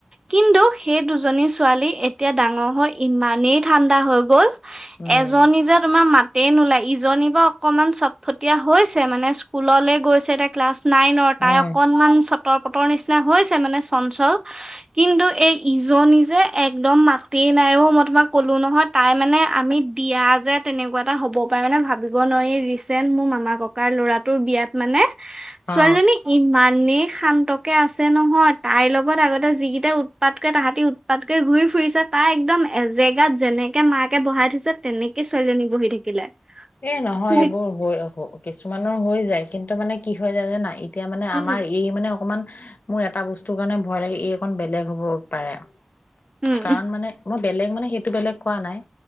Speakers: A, on the right; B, on the left.
A: কিন্তু সেই দুজনী ছোৱালী এতিয়া ডাঙৰ হৈ ইমানেই ঠাণ্ডা হৈ গল
B: উম
A: এজনী যে তোমাৰ মাত তেই নোলাই ইজনী বা অকনমান চটফটীয়া হৈছে মানে স্কুললে গৈছে তাক ক্লাছ নাইনৰ, তাই
B: উম
A: অকণমান চটৰ - পটৰ নিচিনা হৈছে মানে চঞ্চল কিন্তু এই ইজনী যে একদম মাতে নাইও মই তোমাক ক'লো নহয় তাই মানে আমি দিয়া যে তেনেকুৱা এটা হ'ব পাৰে মানে ভাবিব নোৱাৰি ৰিচেণ্ট মোৰ মামাকক কাৰ ল'ৰাটোৰ বিয়াত মানে ছোৱালীজনী
B: অ।
A: ইমানেই শান্তকে আছে নহয় তাইৰ লগত আগতে যিকেইটা উৎপাতকে তাহাঁতি উৎপাতকে ঘূৰি ফুৰিছে, তাই একদম এজেগাত যেনে কে মাকে বহাই থৈছে তেনেকেই ছোৱালীজনী বহি থাকিলে।
B: এ নহয়
A: তুমি
B: এইবোৰ হৈ কিছুমানৰ হৈ যায় কিন্তু মানে কি হৈ যায় নাযানা- এতিয়া মানে
A: উম
B: আমাৰ এই মানে অকমান- মোৰ এটা বস্তুৰ কাৰণে ভয় লাগে, এই অকণ বেলেগ হ'ব পাৰে।
A: উম
B: কাৰণ মানে- মই বেলেগ মানে সেইটো বেলেগ কোৱা নাই।